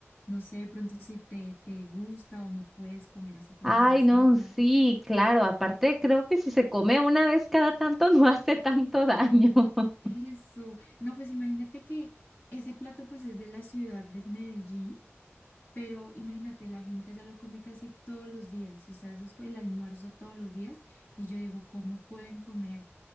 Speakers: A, on the left (about 50°); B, in the centre.
A: No sé, de pronto si te, te gusta o no puedes comer así como
B: Ay,
A: grasita.
B: no, sí, claro. Aparte, creo que si se come una vez cada tanto <laughs> no hace tanto daño. <laughs>
A: <laughs> Eso. No, pues imagínate que ese plato pues es de la ciudad de Medellín, pero imagínate, la gente ya lo come casi todos los días. O sea, eso es el almuerzo todos los días. Y yo digo, ¿cómo pueden comer?